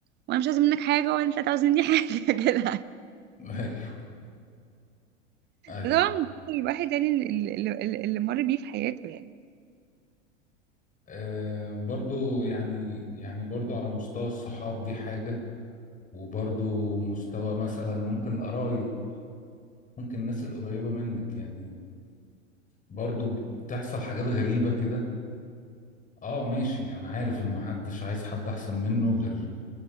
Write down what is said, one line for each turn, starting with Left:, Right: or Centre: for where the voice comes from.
Right: وانا مش عايزه منك حاجه ولا انت عاوز مني حاجه <laughs> كده
Left: <laughs> ايوه ايوه
Right: طبعا الواحد يعني اللي, اللي اللي مر بيه في حياته يعني
Left: آم، برضو يعني يعني برضو على مستوى الصحاب دي حاجة وبرضو مستوى مثلا ممكن القرايب ممكن الناس القريبة منك يعني برضو بتحصل حاجات غريبة كده اه ماشي انا عارف انه محدش عايز حد احسن منه غير